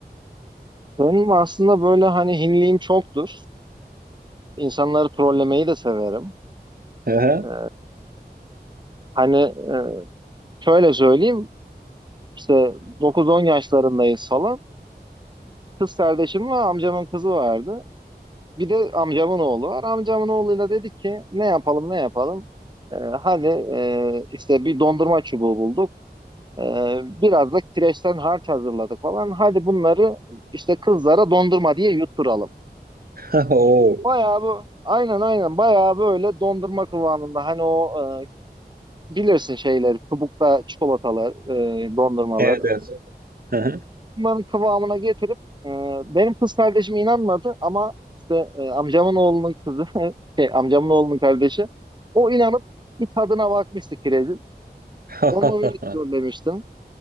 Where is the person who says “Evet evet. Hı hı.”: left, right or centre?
Right